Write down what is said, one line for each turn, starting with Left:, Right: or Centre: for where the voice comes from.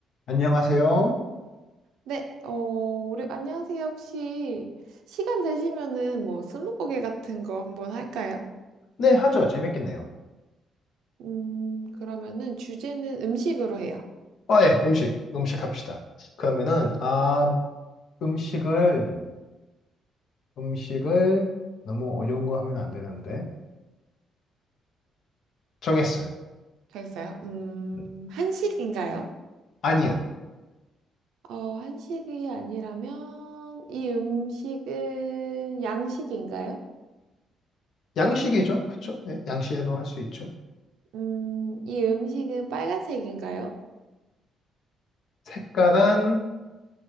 Left: 안녕하세요.
Right: 네, 어, 우리 안녕하세요. 혹시 시간 되시면은 뭐 스무고개 같은 거 한번 할까요?
Left: 네, 하죠. 재밌겠네요.
Right: 음, 그러면은 주제는 음식으로 해요.
Left: 어, 예, 음식, 음식 합시다. 그러면은, 아, 음식을, 음식을 너무 어려운 거 하면 안 되는데. 정했어요.
Right: 정했어요? 음,
Left: 음.
Right: 한식인가요?
Left: 아니요.
Right: 어, 한식이 아니라면 이 음식은 양식인가요?
Left: 양식이죠. 그쵸? 네, 양식으로 할 수 있죠.
Right: 음, 이 음식은 빨간색인가요?
Left: 색깔은